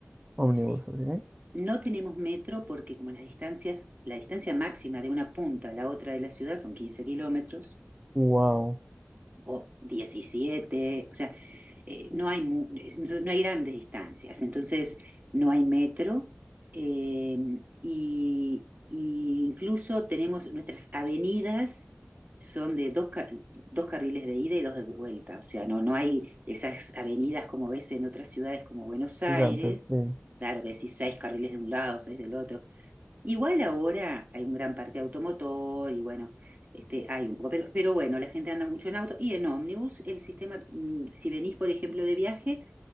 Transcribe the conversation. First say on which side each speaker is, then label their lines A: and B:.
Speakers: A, on the right (about 20°); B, on the right (about 40°).
A: Ómnibus,
B: sí
A: ok.
B: No tenemos metro porque como las distancias, la distancia máxima de una punta a la otra de la ciudad son 15 kilómetros
A: Wow,
B: o diecisiete o sea, eh, no hay, mu- no hay grandes distancias, entonces no hay metro eh, y, y incluso tenemos nuestras avenidas son de dos, ca- dos carriles de ida y dos de vuelta, o sea, no, no hay esas avenidas como ves en otras ciudades como Buenos Aires.
A: gigante, sí.
B: Claro que decís seis carriles de un lado, seis del otro. Igual ahora hay un gran parque automotor y bueno, este, hay un poco, pero, pero bueno, la gente anda mucho en auto y en ómnibus el sistema, mm, si venís por ejemplo de viaje,